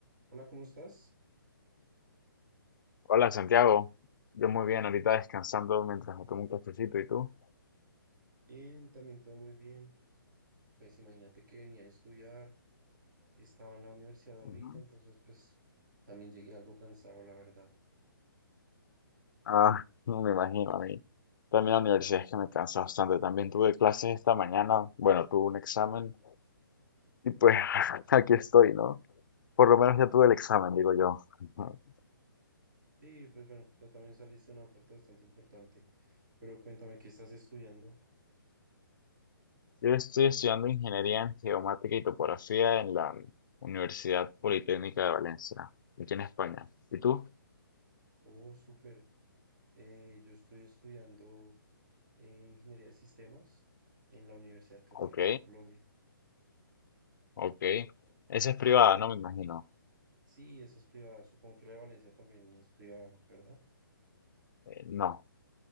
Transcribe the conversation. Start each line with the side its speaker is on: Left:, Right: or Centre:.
Right: Hola, ¿cómo estás?
Left: Hola Santiago, yo muy bien, ahorita descansando mientras me tomo un cafecito, ¿y tú?
Right: Bien, también todo muy bien. Pues imagínate que venía a estudiar, estaba en la universidad ahorita,
Left: Ujú.
Right: entonces pues también llegué algo cansado, la verdad.
Left: Ah, <laughs> no me imagino a mí. También la universidad es que me cansa bastante. También tuve clases esta mañana, bueno, tuve un examen y pues <laughs> aquí estoy, ¿no? Por lo menos ya tuve el examen, digo yo. Ujú.
Right: Sí, pues bueno, yo también saliste una parte bastante importante, pero cuéntame qué estás estudiando.
Left: Yo estoy estudiando ingeniería en geomática y topografía en la Universidad Politécnica de Valencia, aquí en España. ¿Y tú?
Right: Oh, súper. Eh, yo estoy estudiando eh, Ingeniería de Sistemas en la Universidad Católica
Left: Ok,
Right: de Colombia.
Left: ok. Esa es privada, no me imagino.
Right: Sí, esa es privada, supongo que la de Valencia también es privada, ¿verdad?
Left: Eh, no,